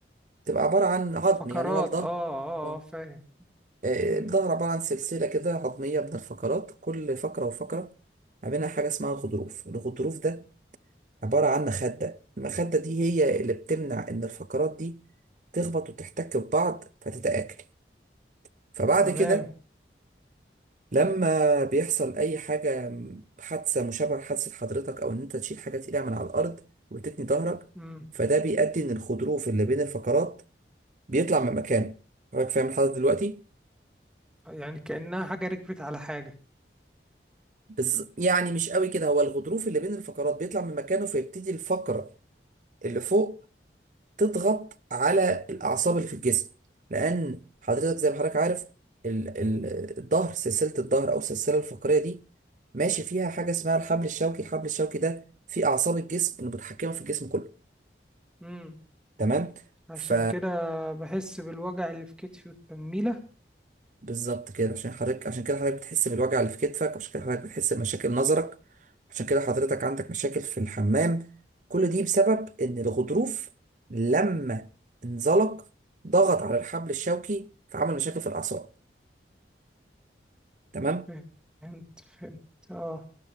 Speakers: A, on the right; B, in the centre.
A: تبقى عباره عن عظم
B: فقرات
A: يعني هو الظهر
B: اه اه
A: آه،
B: اه فاهم
A: آه،
B: امم
A: الظهر عباره عن سلسله كده عظميه من الفقرات كل فقره وفقره ما بينها حاجه اسمها الغضروف الغضروف ده عباره عن مخده المخده دي هي اللي بتمنع ان الفقرات دي تخبط وتحتك ببعض فتتآكل فبعد
B: تمام
A: كده لما بيحصل اي حاجه حادثه مشابهه لحادثه حضرتك او ان انت تشيل حاجه تقيله من على الارض وتتني ظهرك
B: امم
A: فده بيؤدي ان الخروف اللي بين الفقرات بيطلع من مكانه حضرتك فاهم الحاجه دلوقتي
B: يعني كأنها حاجة ركبت على حاجة
A: بس يعني مش قوي كده هو الغضروف اللي بين الفقرات بيطلع من مكانه فيبتدي الفقره اللي فوق تضغط على الأعصاب اللي في الجسم لأن حضرتك زي ما حضرتك عارف ال- ال- الظهر سلسلة الظهر أو السلسلة الفقرية دي ماشي فيها حاجة اسمها الحبل الشوكي الحبل الشوكي ده في أعصاب الجسم متحكمة في الجسم كله
B: امم
A: تمام
B: عشان
A: ف
B: كده بحس بالوجع اللي في كتفي والتنميلة
A: بالظبط كده عشان حضرتك عشان كده حضرتك بتحس بالوجع اللي في كتفك عشان كده حضرتك بتحس بمشاكل نظرك عشان كده حضرتك عندك مشاكل في الحمام كل دي بسبب ان الغضروف لما انزلق ضغط على الحبل الشوكي فعمل مشاكل في الاعصاب تمام
B: فهمت فهمت اه